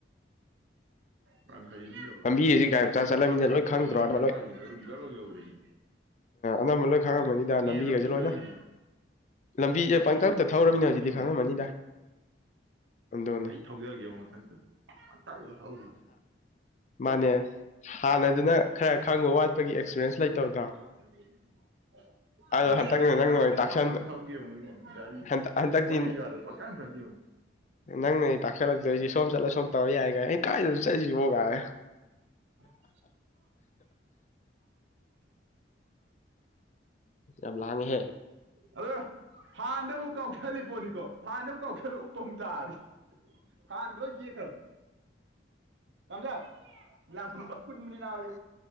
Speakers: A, on the right; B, on the left.
A: ꯃꯔꯥꯡ ꯈꯩ ꯑꯗꯨꯝ ꯌꯧꯔꯦ
B: ꯂꯝꯕꯤꯁꯤ ꯒꯥꯔꯤ ꯃꯆꯥ ꯆꯠꯂꯃꯤꯅ
A: ꯑꯗꯨꯝ ꯍꯥꯏꯖꯤꯜꯂꯒ
B: ꯂꯣꯏ ꯈꯪꯗ꯭ꯔꯣ
A: ꯀꯣꯅꯨꯡ ꯃꯥꯡꯂꯣꯝꯗ
B: ꯑꯅꯝꯕ ꯂꯣꯏ
A: ꯍꯥꯏꯖꯤꯜꯂꯒ ꯑꯗꯨꯝ ꯆꯠꯂꯒ ꯌꯧꯔꯦꯅꯦ
B: ꯑꯅꯝꯕ ꯂꯣꯏ ꯈꯪꯉꯝꯃꯅꯤꯗ ꯂꯝꯕꯤꯈꯩꯁꯦ
A: ꯂꯝꯕꯤ
B: ꯂꯣꯏꯅ
A: ꯈꯪꯉꯦ ꯍꯧꯖꯤꯛ
B: ꯂꯝꯕꯤꯁꯦ ꯄꯪꯇꯛꯇ ꯊꯧꯔꯃꯤꯅ
A: ꯈꯪꯉꯦꯃꯤ
B: ꯍꯧꯖꯤꯛꯇꯤ ꯈꯪꯉꯝꯃꯅꯤꯗ ꯑꯗꯨꯅꯤ
A: ꯑꯩ ꯊꯧꯖꯒꯦꯕ ꯃꯊꯪ ꯄꯪꯊꯧꯗ ꯊꯧ
B: ꯃꯥꯅꯦ ꯍꯥꯟꯅꯗꯨꯅ ꯈꯔ ꯈꯪꯕ ꯋꯥꯠꯄꯒꯤ ꯑꯦꯛꯁꯄꯤꯔꯟꯁ ꯂꯩꯇꯕꯗꯣ
A: <inaudible>
B: ꯑꯗꯣ
A: ꯎꯝ
B: ꯍꯟꯗꯛꯅ
A: ꯍꯟꯗꯛꯇꯤ
B: ꯅꯪꯅ
A: ꯈꯥꯡꯉꯃꯤꯅ
B: ꯑꯣꯏꯅ ꯇꯥꯛꯁꯟꯕ
A: ꯄꯥꯛꯊꯧ ꯊꯧꯒꯦ ꯌꯦꯉꯨꯅꯦ ꯒꯥꯔꯤ
B: ꯍꯟꯗꯛ ꯍꯟꯗꯛꯇꯤ
A: ꯄꯣꯠꯂꯏꯕꯒꯗꯣ ꯄꯪꯆꯪ ꯆꯪꯒꯦ ꯌꯦꯉꯨ
B: ꯅꯪꯅꯅꯤ ꯇꯥꯛꯁꯤꯂꯛꯇꯣꯏꯁꯤ ꯁꯣꯝ ꯆꯠꯂꯣ ꯁꯣꯝ ꯇꯧꯔꯣ ꯌꯥꯏꯒꯥꯏ ꯑꯩ ꯀꯥꯏꯗꯅꯣ ꯆꯠꯁꯤꯕꯣ ꯒꯥꯏꯅ
A: <unintelligible> <inaudible> <unintelligible> <inaudible>
B: ꯌꯥꯝ ꯂꯥꯡꯉꯦꯍꯦ
A: ꯑꯗ ꯐꯥꯟꯗ ꯑꯃꯨꯛ ꯀꯥꯎꯁꯜꯂꯤ ꯄꯣꯠꯅꯤꯀꯣ ꯐꯥꯟꯗ ꯑꯃꯨꯛ ꯀꯥꯎꯁꯜꯂꯛ ꯎꯞꯄ ꯑꯃꯨꯛ ꯇꯥꯔꯤꯅꯤ ꯐꯥꯟ ꯂꯣꯏ ꯇꯦꯈ꯭ꯔꯝ ꯇꯝꯆꯥꯟ ꯂꯥꯉ ꯀꯅꯨ ꯀꯣ ꯀꯨꯟꯕꯅꯤ ꯅꯥꯕꯏꯕꯣ